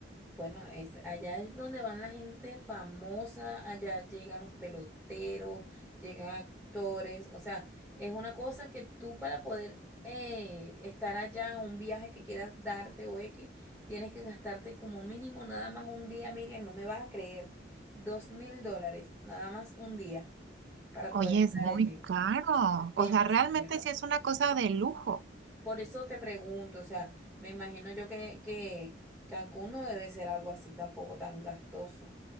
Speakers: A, in the centre; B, on the right.
A: Bueno, es, allá es donde van la gente famosa, allá llegan los peloteros, llegan actores, o sea, es una cosa que tú para poder eh, estar allá, un viaje que quieras darte o X, tienes que gastarte como mínimo nada más un día, Miriam, no me vas a creer, dos mil dólares, nada más un día para
B: Oye,
A: poder estar
B: es muy
A: allí.
B: caro.
A: Demasiado.
B: O sea, realmente sí es una cosa de lujo.
A: Por eso te pregunto, o sea, me imagino yo que, que Cancún no debe ser algo así tampoco tan gastoso.